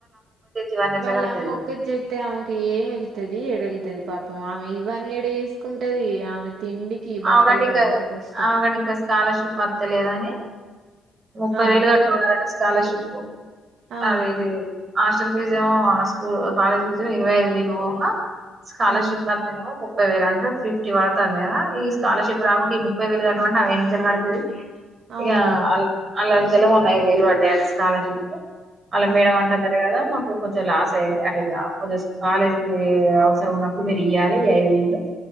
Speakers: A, on the right; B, on the right.
A: ఇవన్నీ ఎట్లా
B: వాళ్ళ
A: కడతది
B: అమ్మ ఒక్కతి చేస్తే ఆమెకి ఏమి వెళ్లుతాది ఏడ ఎల్లుతది పాపం ఆమె ఇవన్నీ ఈడ చేసుకుంటది ఆమె తిండికి బట్టలకి
A: ఆమెకి ఆట ఇంకా
B: అన్నంటే కష్టం
A: ఆమెకి ఆట ఇంకా స్కాలర్షిప్ వస్తలేద అని ముప్పై
B: ఆ
A: వేలు కట్టమన్నారట స్కాలర్షిప్
B: ఆ
A: అదేలే హాస్టల్ ఫీజు ఏమో స్కూ కాలేజ్ ఫీజు ఇరవై ఐదు వేలు పోవంగా స్కాలర్షిప్
B: ఆ
A: కడుతానేమో ముప్పై ఇ వేర అంటే ఫిఫ్టీ పడుతాంది గా ఇ స్కాలర్షిప్ రాకుంటే ఈ ముప్పై వేలు కట్టమంటే ఆమె ఎనుచేలి కడుతది
B: అవును
A: ఇగ ఆలు అల్లా నుంచేలే మొన్న ఐదు వేలు పడ్డాయి స్కాలర్షిప్ అలా
B: ఆ
A: మేడం అంటది ఆట కదా మాకు కొంచెం లాస్ అయింది అంటే ఇట్లా కొంచెం కాలేజీకి అవసరం ఉన్నప్పుడు మీరు ఇయ్యాలి ఐదు వేయిలు